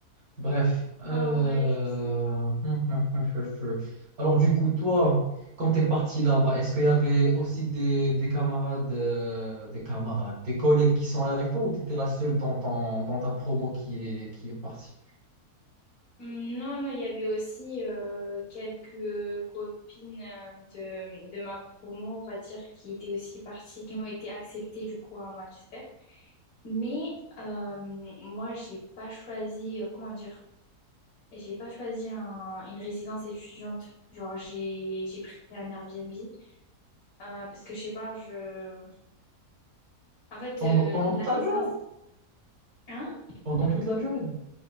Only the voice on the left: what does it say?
ah ouais, je sais pas.
Hum, Non, non, il y avait aussi euh, quelques copines euh, de, de ma promo, on va dire, qui étaient aussi parties, qui ont été acceptées du coup à Manchester. Mais euh, moi, j'ai pas choisi, euh, comment dire, j'ai pas choisi un- une résidence étudiante. Genre, j'ai j'ai pris un Airbnb euh, parce que je sais pas, je, en fait,
euh,
la résidence,
hein?